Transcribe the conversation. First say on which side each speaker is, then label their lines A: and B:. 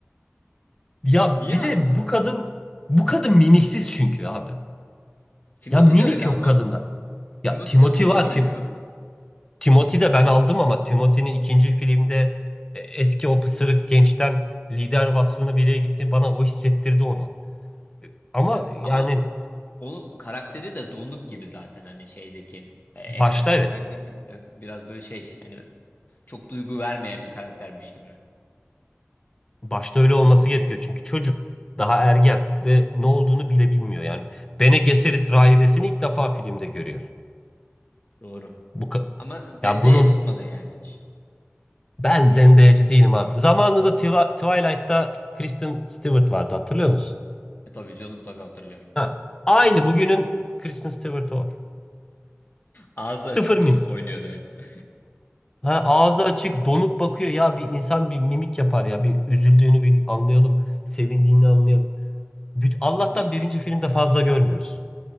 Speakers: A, on the left (about 15°); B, on the left (about 40°).
A: Ya
B: Niye
A: bir
B: abi
A: de
B: mesela
A: bu kadın bu kadın mimiksiz çünkü abi.
B: Timothy
A: Ya mimik
B: de öyle ama
A: yok kadında. Ya
B: Timothy
A: Timothy
B: de donuk
A: var.
B: oynuyor.
A: Tim, Timothy de ben aldım ama Timothy'nin ikinci filmde e, eski o pısırık gençten lider vasfına biriye gitti. Bana o hissettirdi onu. Ama
B: Evet evet.
A: yani
B: ama onu karakteri de donuk gibi zaten hani şeydeki e, evrendeki
A: başta evet.
B: karakteri de e, biraz böyle şey yani çok duygu vermeyen bir karaktermiş gibi.
A: Başta öyle olması
B: Bilmiyorum.
A: gerekiyor. Çünkü çocuk daha ergen ve ne olduğunu bile bilmiyor. Yani Bene Gesserit rahibesini ilk defa filmde görüyor.
B: Doğru.
A: Bu ka-
B: Ama Zendaya'ya
A: ya bunun
B: tutmadı yani hiç.
A: ben zendeyeci değilim abi. Zamanında Twi- Twilight'ta Kristen Stewart vardı hatırlıyor musun?
B: E tabii canım tabii hatırlıyorum.
A: Ha, aynı bugünün Kristen Stewart o.
B: Ağzı açık
A: Sıfır mimik.
B: oynuyordu hep.
A: Ha, ağzı açık, donuk bakıyor. Ya bir insan bir mimik yapar ya. Bir üzüldüğünü bir anlayalım, sevindiğini anlayalım. Büt- Allah'tan
B: Ni-
A: birinci filmde fazla görmüyoruz.